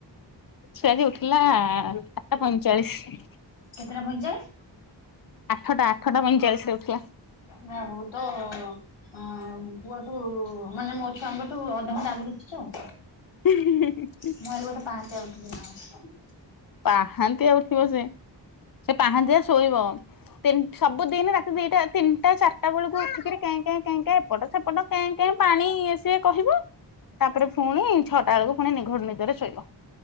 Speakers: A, on the left; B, on the left.
A: ସିଏ ଆଜି ଉଠିଲା ଆଠଟା ପଇଁଚାଳିଶ।
B: କେତେଟା ପଇଁଚାଳିଶ?
A: ଆଠଟା ଆଠଟା ପଇଁଚାଳିଶରେ ଉଠିିଲା।
B: ଯାହା ହଉ। ତୋ -- ହଁ ପୁଅଠୁ ମାନେ ମୋ ଛୁଆଙ୍କଠୁ ଅଧଘଣ୍ଟା ଆଗରୁ ଉଠିଛି ଆଉ।
A: ହି- ହି- ହି- ହିଁ।
B: ମୁଁ ଭାବିଲି ବୋଧେ ପାହାନ୍ତିଆ ଉଠିଛି ନା କଣ?
A: ପାହାନ୍ତିଆ ଉଠିବ ସେ, ସେ ପାହାନ୍ତିଆ ଶୋଇବ। ସବୁ ଦିନ ରାତି ଦିଟା ତିନିଟା ଚାରିଟା ବେଳକୁ କେଁ -କେଁ -କେଁ -କେଁ ଏପଟ ସେପଟ କେଁ, କେଁ ପାଣି ଇଏ ସିଏ କହିବ ତାପରେ ପୁଣି ଛଅଟା ବେଳକୁ ପୁଣି ନିଘୋଡ଼ ନିଦରେ ଶୋଇବ।